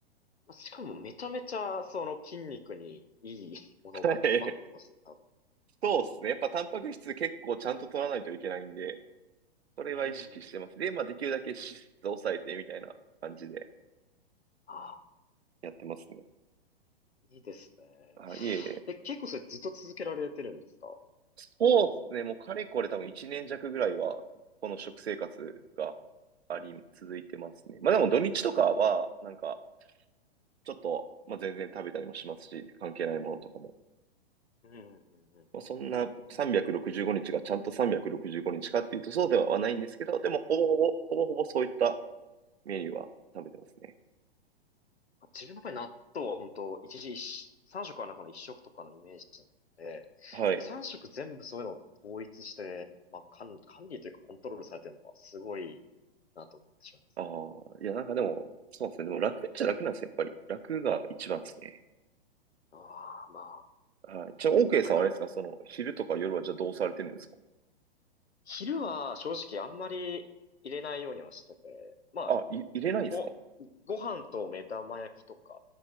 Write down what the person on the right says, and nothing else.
<laughs> はい。
そうですね。やっぱタンパク質結構ちゃんと取らないといけないんで、それは意識してます。
で、まあできるだけ脂質抑えてみたいな感じで
やってますね。
あ、いえいえ。
そうですね。もうかれこれ多分1年弱ぐらいは、この食生活が
あり、続いてますね。まあでも土日とかは、なんか、ちょっと、まあ全然食べたりもしますし、関係ないものとかも。
まあそんな365日がちゃんと365日かっていうとそうではないんですけど、でもほぼほぼ、ほぼほぼそういったメニューは食べてますね。
はい。
ああ、いやなんかでも、そうですね。でも楽っちゃ楽なんですよ、やっぱり。楽が一番ですね。
はい。じゃあ、オーケーさんはあれですかその、
昼とか夜はじゃあどうされてるんですか
あ、い、入れないんですか